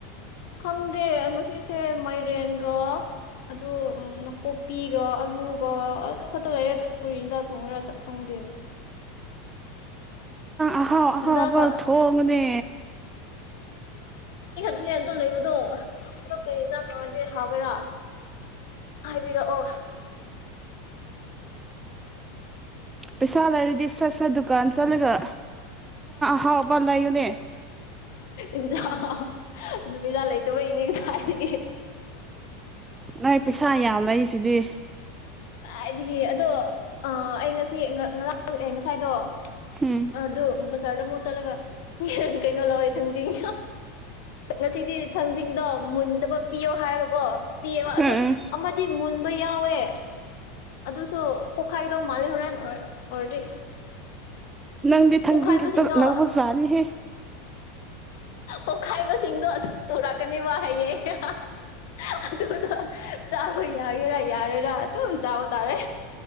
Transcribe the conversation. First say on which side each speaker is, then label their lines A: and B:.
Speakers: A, on the left; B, on the right.
A: ꯈꯪꯗꯦ ꯁꯤꯁꯦ ꯃꯥꯏꯔꯦꯟꯒ ꯑꯗꯨ ꯅꯥꯀꯨꯞꯄꯤꯒ ꯑꯂꯨꯒ ꯑꯗꯨ ꯈꯛꯇ ꯂꯩꯌꯦ ꯑꯗꯨ ꯀꯔꯤ ꯌꯦꯟꯖꯥꯛ ꯊꯣꯡꯉꯔ ꯆꯠ ꯈꯪꯗꯦ
B: ꯑꯍꯥꯎ ꯑꯍꯥꯎꯕ
A: ꯗꯗꯥꯒ
B: ꯊꯣꯡꯅꯦ
A: ꯅꯦ ꯑꯇꯣ ꯂꯩꯕꯗꯣ ꯑꯗꯣ ꯀꯔꯤꯖꯥꯛ ꯀꯥꯟꯗꯦ ꯍꯥꯏꯒ꯭ꯔꯥ ꯍꯥꯏꯕꯤꯔꯛꯑꯣ
B: ꯄꯩꯁꯥ ꯂꯩꯔꯗꯤ ꯏꯁ ꯁ ꯗꯨꯀꯥꯟ ꯆꯠꯂꯒ ꯍꯥꯎꯕꯂꯣꯟ ꯅꯦ
A: ꯏꯟꯖꯥ ꯑꯗꯨꯝ ꯏꯖꯥ ꯂꯩꯇꯕ ꯏꯅꯦꯒ ꯍꯥꯏꯗꯤ
B: ꯅꯣꯏ ꯄꯩꯁꯥ ꯌꯥꯝ ꯂꯩ ꯁꯤꯗꯤ
A: ꯀꯗꯥꯏꯗꯒꯤ ꯑꯗꯣ ꯑ ꯑꯩ ꯉꯁꯤ ꯑꯦ ꯉꯁꯥꯏꯗꯣ
B: ꯎꯝ
A: ꯑꯗꯨꯣ ꯕꯖꯥꯔꯗ ꯃꯨ ꯆꯠꯂꯒ ꯀꯩꯅꯣ ꯂꯧꯋꯦ ꯊꯥꯡꯖꯤꯡ ꯉꯁꯤꯗꯤ ꯊꯥꯡꯖꯤꯡꯗꯣ ꯃꯨꯟꯗꯕ ꯄꯤꯌꯣ ꯍꯥꯏꯔꯒꯀꯣ ꯄꯤꯌꯦꯕ ꯑꯗꯣ
B: ꯎꯝ
A: ꯑꯃꯗꯤ ꯃꯨꯟꯕ ꯌꯥꯎꯋꯦ ꯑꯗꯨꯁꯨ ꯄꯣꯛꯈꯥꯏꯒꯗꯧ ꯃꯥꯂꯦ ꯍꯣꯔꯦꯟꯦꯟ ꯑꯣꯏꯔꯗꯤ
B: ꯅꯪꯗꯤ ꯊꯪꯒ
A: ꯄꯣꯛꯈꯥꯏꯕꯁꯤꯡꯗꯣ
B: ꯊꯛꯇ ꯂꯒꯄꯒ ꯁꯔꯤ ꯍ
A: ꯑꯣꯠꯈꯥꯏꯕꯁꯤꯡꯗꯣ ꯑꯗꯨꯝ ꯄꯨꯔꯛꯀꯅꯤꯕ ꯍꯌꯦꯌꯦꯡ ꯑꯗꯨꯗꯣ ꯆꯥꯕ ꯌꯥꯒꯦꯔꯥ ꯌꯥꯔꯦꯔꯥ ꯑꯗꯨꯝ ꯆꯥꯕ ꯇꯥꯔꯦ